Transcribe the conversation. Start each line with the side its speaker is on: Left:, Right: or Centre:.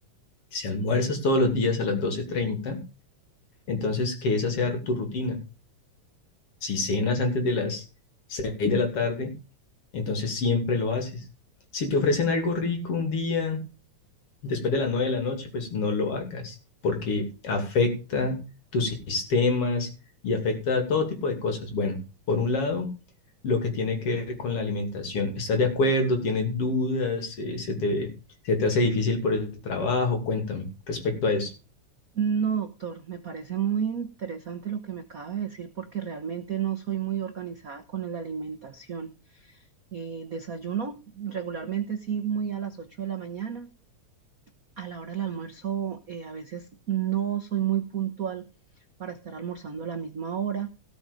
Left: si almuerzas todos los días a las doce treinta entonces que esa sea tu rutina. Si cenas antes de las 6 de la tarde, entonces siempre lo haces. Si te ofrecen algo rico un día después de las 9 de la noche, pues no lo hagas, porque afecta tus sistemas y afecta todo tipo de cosas. Bueno, por un lado, lo que tiene que ver con la alimentación. ¿Estás de acuerdo? ¿Tienes dudas? Eh, ¿Se te, se te hace difícil por el trabajo? Cuéntame respecto a eso.
Right: No, doctor, me parece muy interesante lo que me acaba de decir porque realmente no soy muy organizada con la alimentación. Eh, desayuno regularmente sí muy a las 8 de la mañana. a la hora del almuerzo eh, a veces no soy muy puntual para estar almorzando a la misma hora.